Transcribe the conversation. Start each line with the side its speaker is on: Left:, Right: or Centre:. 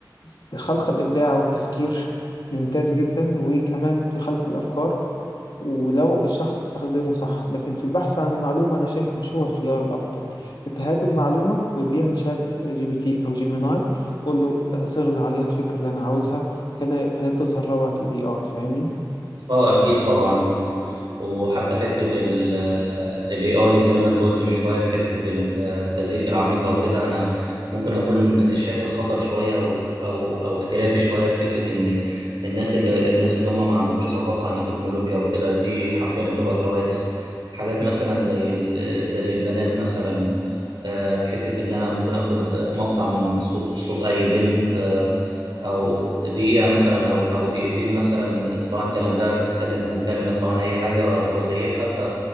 Left: في خلق الإبداع والتفكير ممتاز جدا وكمان في خلق الأفكار ولو الشخص استخدمه صح لكن في البحث عن معلومة أنا شايف مش هو الخيار الأفضل أنت هات المعلومة واديها لشات جي بي تي أو جيميناي قول له آه، صغل عليها الفكرة اللي أنا عاوزها هنا هي تظهر روعة ال AI فاهمني
Right: اه اكيد طبعا و... وحتى حته ال ال AI زي ما انت قلت من شويه في حته التزييف العميقه وكده انا ممكن اكون شايف الخطر شويه او او او اختلافي شويه في حته ان الناس اللي الناس اللي هم ما عندهمش ثقافه عن التكنولوجيا وكده دي حرفيا بتبقى كوارث حاجات مثلا زي ال... زي البنات مثلا آه، في حته ان انا ممكن اخد مقطع من صوت صوت اي بنت آه، او دقيقه مثلا او او دقيقتين مثلا سواء كانت بقى بتتكلم في مكالمه سواء اي حاجه و- وزيفها ف